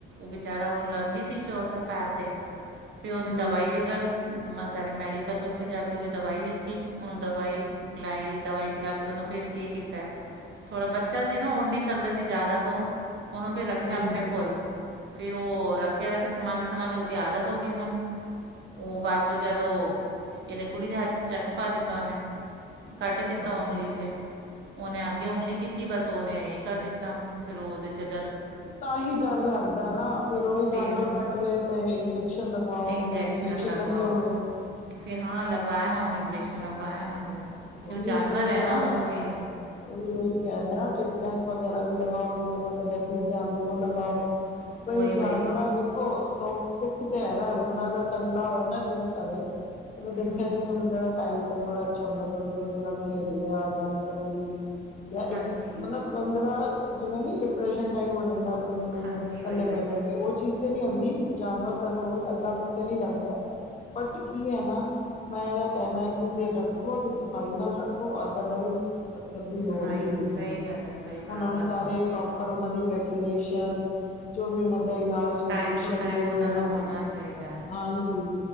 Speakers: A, on the right (about 65°); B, on the left (about 35°).
A: ਵਿਚਾਰਾ ਉਹਨੂੰ ਲੱਗ ਗਈ ਸੀ ਚੋਟ ਪੈਰ ਤੇ, ਫਿਰ ਉਹਦੀ
B: ਹਮ
A: ਦਵਾਈ ਵਗੇਰਾ ਮੈਂ ਸਾਡੇ ਮੈਡੀਕਲ ਤੋਂ ਇੱਥੇ ਜਾ ਕੇ ਉਹਦੀ ਦਵਾਈ ਲਿੱਤੀ ਉਹਨੂੰ ਦਵਾਈ ਪਿਲਾਈ ਦਵਾਈ ਪਿਲਾ ਕੇ ਉਹਨੂੰ ਫਿਰ ਇਹ ਕੀਤਾ ਥੋੜ੍ਹਾ ਬੱਚਾ ਬੱਚਾ ਸੀ ਨਾ ਉੱਡ ਨਹੀਂ ਸਕਦਾ ਸੀ ਜ਼ਿਆਦਾ ਤੋਂ ਉਹਨੂੰ ਫਿਰ ਰੱਖਿਆ
B: ਹਮ
A: ਆਪਣੇ
B: ਹਮ
A: ਕੋਲ। ਫਿਰ ਉਹ ਰੱਖਿਆ-ਰੱਖਿਆ ਸੰਭਾਲਦੇ-ਸੰਭਾਲਦੇ ਉਹਦੀ ਆਦਤ ਹੋ ਗਈ ਹੁਣ। ਉਹ ਬਾਅਦ ਚੋਂ ਜਦੋਂ ਉਹ ਇਹਦੇ ਕੁੜੀ ਦੇ ਹੱਥ ਚ ਚੱਕ ਪਾ ਦਿੱਤਾ ਉਹਨੇ। ਕੱਟ ਦਿੱਤਾ
B: ਅਰੇ
A: ਉਂਗਲੀ ਤੇ, ਉਹਨੇ ਅੱਗੇ ਉਂਗਲੀ ਕੀਤੀ ਬਸ ਉਹਨੇ ਇਹ ਕਰ ਦਿੱਤਾ ਫਿਰ ਉਹਦੇ ਚੱ
B: ਤਾਂ ਹੀ ਡਰ ਲੱਗਦਾ ਨਾ ਫਿਰ ਉਹੀ ਜਾਨਵਰ
A: ਫਿਰ
B: ਕੱਟ ਲਏ ਤੇ ਇੰਜੈਕਸ਼ਨ ਲਗਵਾਓ
A: ਇੰਜੈਕਸ਼ਨ
B: ਇੰਜੈ
A: ਲਗਵਾਓ
B: ਲੱਗੇ ਹੋਣੇ ਹੈ
A: ਫਿਰ ਹਾਂ ਲਗਵਾਇਆ ਨਾ ਉਹਨੂੰ ਇੰਜੈਕਸ਼ਨ ਲਗਵਾਇਆ ਨਾ ਫਿਰ ਕਿਉਂਕਿ
B: ਉਹੀ
A: ਓ ਜਾਨਵਰ
B: ਤੇ
A: ਹੈ
B: ਜਾਨ
A: ਨਾ ਓ
B: ਦਾ
A: ਤੇ ਵੀ
B: ਉਹੀ ਉਹੀ ਕਹਿ ਰਿਆ ਨਾ ਟਿਟਨੇਸ ਵਗੈਰਾ ਵੀ ਲਗਾਓ ਇਨਾਂ ਦੇ ਰੈਬ ਧਿਆਨ ਦਿਓ ਲਗਾਓ
A: ਉਹੀ
B: ਬਈ
A: ਉਹੀ ਵਹੀ
B: ਜਾਨਵਰਾਂ ਦੇਖੋ ਸੁ ਸੁੱਖ ਤੇ ਹੈਗਾ ਹੈ ਬੰਦਾ ਅਗਰ ਕੱਲਾ ਹੋਏ ਨਾ ਜਿਵੇਂ ਘਰੇ ਤੇ ਮੈਂ ਦੇਖਿਆ
A: ਹੂੰ
B: ਜੀਵੇਂ ਬੰਦਾ ਦਾ ਟਾਈਮ ਪਾਸ ਬੜਾ ਅੱਛਾ ਹੁੰਦਾ ਥੋੜੀ ਦੇਰ ਦੇ ਨਾਲ ਖੇਡ ਲਿਆ ਗੱਲ ਕਰ ਲਈ ਜਾਂ
A: ਹਾਂਜੀ
B: ਇੱਕ ਮਤਲਬ ਬੰਦੇ ਦਾ ਜਿਵੇਂ ਨੀ ਡਿਪ੍ਰੈਸ਼ਨ ਟਾਈਪ ਹੋ ਜਾਂਦਾ ਬੰਦ ਉਨੂੰ
A: ਹਾਂਜੀ
B: ਕੱਲੇ
A: ਉਹੀ
B: ਬੈ-ਬੈ
A: ਉਹੀ
B: ਕੇ ਉਹ ਚੀਜ਼ ਤੇ ਨੀ ਹੁੰਦੀ ਜਾਨਵਰ ਘਰੇ ਹੋਵੇ ਕੱਲਾਪਨ ਤੇ ਨੀ ਲੱਗਦਾ। ਬੱਟ ਕੀ ਐ ਨਾ ਮੈਂ ਇਹਦਾ ਕੈਂਣਾ ਕਿ ਜੇ ਰੱਖੋ ਤੇ ਸ਼ਫਾਈ ਨਾਲ ਰੱਖੋ ਅਦਰਵਾਈਜ਼ ਰੱਖਣ ਦੀ ਲੋੜ
A: ਨਹੀਂ
B: ਹੀ ਨਈ
A: ਸਹੀ
B: ਹੈ
A: ਗੱਲ ਹੈ ਸਹੀ ਬਰਾਬਰ
B: ਉਹਨਾਂ ਨੂੰ ਸਾਰੇ
A: ਬੋਲ
B: ਪ੍ਰੋਪ ਪਰ ਉਹਨਾਂ ਦੀ ਵੈਕਸੀਨੇਸ਼ਨ ਜੋ ਵੀ ਉਹਨਾਂ ਦਾ ਇਲਾਜ ਇੰਜੈਕਸ਼ਨ
A: ਟਾਈਮ ਟੂ ਟਾਈਮ
B: ਜੋ ਵੀ ਉਹਨਾਂ
A: ਦਾ ਹੋਣਾ
B: ਦੇ
A: ਚਾਹੀਦਾ ਹੈ
B: ਹਾਂਜੀ।